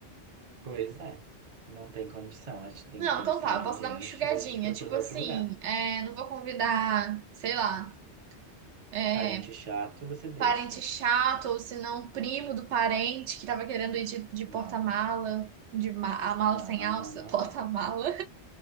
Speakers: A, on the right; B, on the right.
A: Pois é, não tem condição. Acho que tem,
B: Não,
A: tem
B: então
A: que ser
B: tá,
A: menos
B: eu posso
A: gente
B: dar uma enxugadinha.
A: ou a gente procura
B: Tipo assim,
A: outro lugar.
B: é, não vou convidar, sei lá, é,
A: Parente chato, você deixa.
B: parente chato, ou se não, primo do parente que tava querendo ir de, de porta-mala,
A: Não.
B: de ma- a mala
A: Não,
B: sem
A: não,
B: alça,
A: não, não,
B: <laughs> porta-mala.
A: não.